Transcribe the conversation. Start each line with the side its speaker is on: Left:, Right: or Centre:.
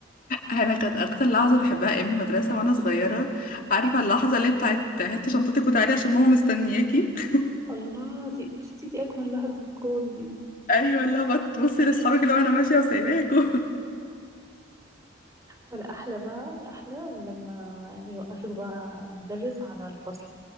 Left: انا كانت اكتر لحظة بحبها ايام المدرسة وانا صغيرة عارفة اللحظة اللي بتاعت هاتي شنطتك وتعالي عشان ماما مستنياكي <laughs>
Right: <laughs> الله دي بصي دي اجمل لحظة في الكون دي
Left: ايوه اللي هو بتبصي لاصحابك اللي هو انا ماشية وسايباكوا
Right: ولا احلى بقى الاحلى لما يوقفك بقى المدرس على الفصل